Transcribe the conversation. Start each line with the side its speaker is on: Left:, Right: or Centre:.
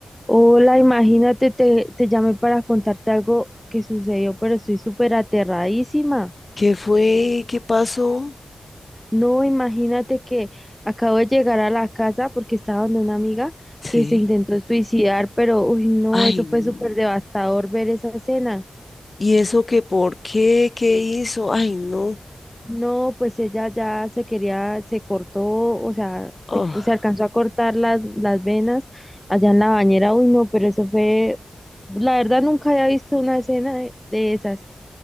Centre: Hola, imagínate, te, te llamé para contarte algo que sucedió, pero estoy súper aterradísima.
Left: ¿Qué fue? ¿Qué pasó?
Centre: No, imagínate que acabo de llegar a la casa porque estaba donde una amiga que
Left: Sí.
Centre: se intentó suicidar, pero uy, no,
Left: Ay,
Centre: eso
Left: no.
Centre: fue súper devastador ver esa escena.
Left: ¿Y eso qué por qué? ¿Qué hizo? Ay, no.
Centre: No, pues ella ya se quería, se cortó, o sea,
Left: Ah,
Centre: se, co- se alcanzó a cortar las, las venas allá en la bañera. Uy, no, pero eso fue, la verdad nunca había visto una escena de de esas.